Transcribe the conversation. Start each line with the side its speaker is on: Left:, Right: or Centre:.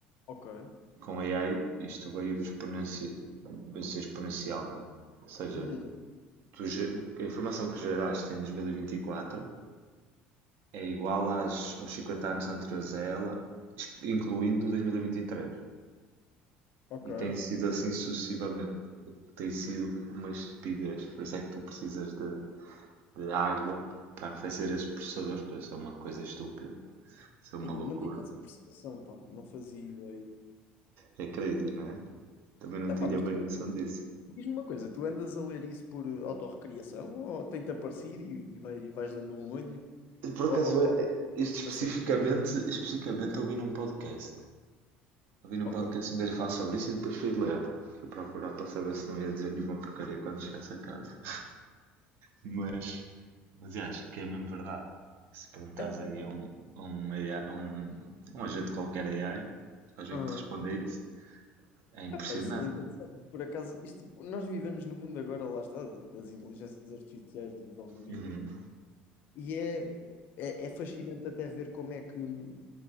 Left: Ok,
Right: com a AI
Left: ok.
Right: isto veio, exponenci... veio ser exponencial, não é? Ou seja,
Left: Uhum,
Right: tu, a informação que geraste em 2024 é igual às, aos 50 anos anteriores a ela, incluindo 2023.
Left: ok.
Right: E tem sido assim sucessivamente. Tem sido uma estupidez. Por isso é que tu precisas de, de água para fazer as processadores, porque isso é uma coisa estúpida. Isso é uma
Left: Ai,
Right: loucura.
Left: Eu não tinha essa percepção, pá. Não fazia ideia.
Right: É, é crazy, não é? Também não
Left: Epá,
Right: tinha
Left: mas
Right: bem
Left: tu,
Right: noção disso.
Left: diz-me uma coisa, tu andas a ler isso por eh, autorrecriação ou tem-te aparecido e vais, vais dando um olho?
Right: Por
Left: Ou,
Right: acaso,
Left: ou, ou
Right: é-
Left: mesmo
Right: este especificamente,
Left: da cena?
Right: especificamente ouvi num podcast. Ouvi num
Left: Ok.
Right: podcast um gajo falar sobre isso e depois fui de ler. Fui procurar para saber se não ia dizer nenhuma porcaria quando chegasse a casa. Mas, mas eu acho que é mesmo verdade. Se perguntas
Left: Epá,
Right: aí
Left: mas...
Right: a um, a um, AI, a um, a um agente qualquer AI, vais ver
Left: Aham.
Right: que te responde a isso. É impressionante.
Left: Epá, isso é interessante. Por acaso, isto, nós vivemos no mundo agora, lá está, das inteligências artificiais, dos algoritmos.
Right: Uhum.
Left: E é, é, é fascinante até ver como é que. um